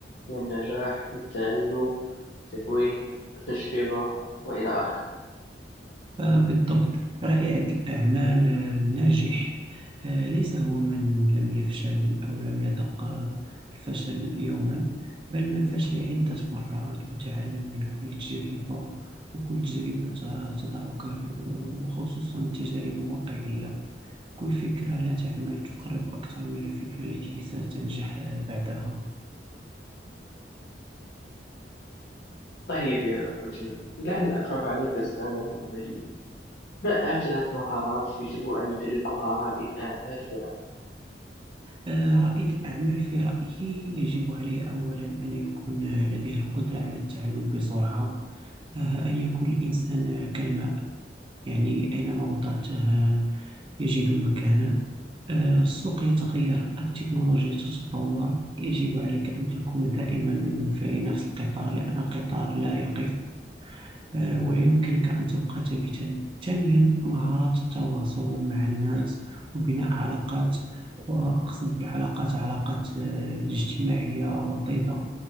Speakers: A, on the left; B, on the right.
A: من النجاح والتعلم تكوين تجربة وإلى آخره
B: آه، بالضبط رائد الأعمال آه، الناجح آه، ليس هو من لم يفشل أو لم يذق آه، الفشل يوما بل من فشل عدة مرات وتعلم من كل تجربة وكل تجربة ت- تضعك آه، وخصوصا التجارب الواقعية كل فكرة لا تعمل تقرب أكثر من الفكرة التي ستنجح آه، بعدها
A: طيب يا عثمان دعني أطرح عليك سؤالا عمليا لا أهم ثلاث مهارات يجب أن يمتلكها رائد أعمال في العمل؟
B: آه، رائد الأعمال في رأيي يجب عليه أولا أن يكون آه، لديه القدرة على التعلم بسرعة آه، أن يكون الإنسان آه، كالماء يعني أينما وضعته آه، يجد مكانه آه، السوق يتغير التكنولوجيا تتطور يجب عليك أن تكون دائما في نفس القطار لأن القطار لا يقف آه، ويمكنك أن تبقى ثابتا ثانيا مهارة التواصل مع الناس وبناء علاقات وأقصد بعلاقات علاقات آه، اجتماعية وطيدة